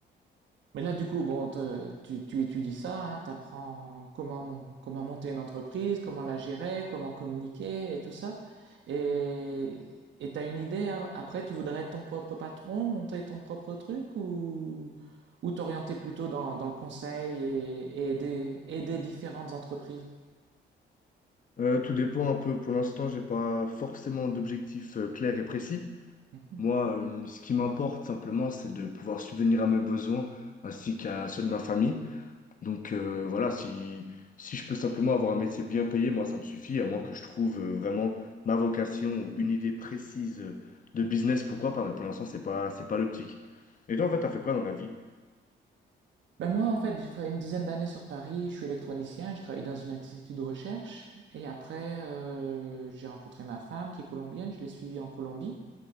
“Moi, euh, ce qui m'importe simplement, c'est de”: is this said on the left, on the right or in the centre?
Left